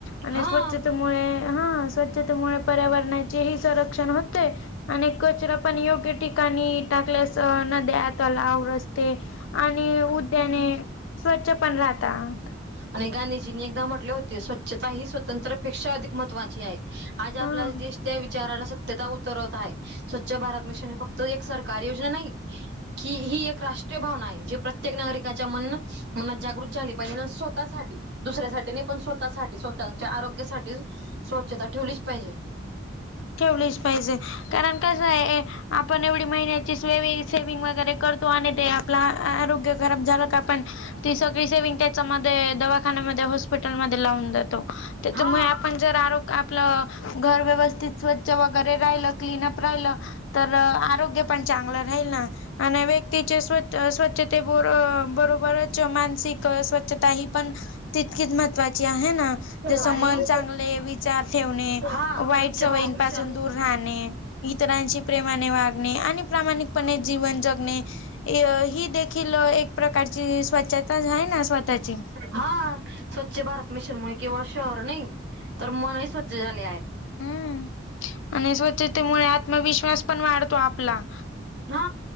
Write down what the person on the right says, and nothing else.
हा
आणि गांधीजींनी एकदा म्हटले होते, स्वच्छता ही स्वतंत्रपेक्षा अधिक महत्त्वाची आहे. आज आपला
देश त्या विचाराला सत त्यता उतरवत हाय स्वच्छ भारत मिशन हे फक्त एक सरकारी योजना नाही. ही ही एक राष्ट्रीय भावना आहे, जी प्रत्येक नागरिकाच्या मनं मनात जागृत झाली पाहिजे, अनं स्वतः स्वतः साठी दुसऱ्यासाठी नही पण स्वतःसाठी स्वतःच्या आरोग्यासाठी स्वच्छता ठेवलीच पाहिजे.
हा
आणि
हा
स्वच्छ
भारत
मिशन
हा स्वच्छ भारत मिशन मुळे केवळ शहर नाही तर मन ही स्वच्छ झाले आहेत.
हा